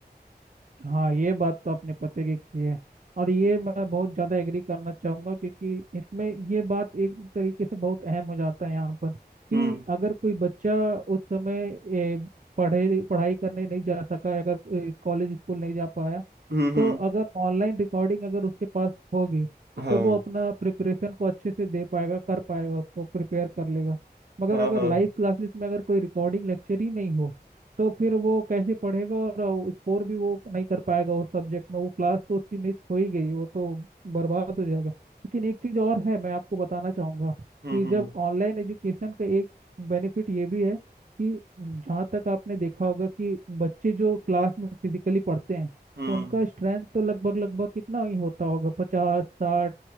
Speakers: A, on the right; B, on the right.
A: हाँ ये बात तो आपने पते की की है और ये मैं बहुत ज़्यादा एग्री करना चाहूँगा क्योंकि इसमें ये बात एक तरीके से बहुत अहम हो जाता है यहाँ पर कि
B: हम्म
A: अगर कोई बच्चा उस समय ए, पढ़े पढ़ाई करने नहीं जा सका अगर कॉलेज स्कूल नहीं जा पाया
B: हम्म
A: तो
B: हम्म
A: अगर ऑनलाइन रिकॉर्डिंग अगर उसके पास होगी
B: हाँ
A: तो वो अपना प्रिपरेशन को अच्छे से दे पाएगा कर पाएगा उसको प्रिपेयर कर लेगा मगर
B: हाँ
A: अगर
B: हाँ
A: लाइव क्लासेस में अगर कोई रिकॉर्डिंग लेक्चर ही नहीं हो तो फिर वो कैसे पढ़ेगा और स्कोर भी वो नहीं कर पाएगा उस सब्जेक्ट में वो क्लास तो उसकी मिस हो ही गई वो तो बर्बाद हो जाएगा लेकिन एक चीज़ और है मैं आपको बताना चाहूँगा
B: हम्म
A: कि जब
B: हम्म
A: ऑनलाइन एजुकेशन का एक बेनिफिट ये भी है कि जहाँ तक आपने देखा होगा कि बच्चे जो क्लास में फिजिकली पढ़ते हैं
B: हम्म
A: उनका स्ट्रेंथ तो लगभग लगभग कितना ही होता होगा पचास साठ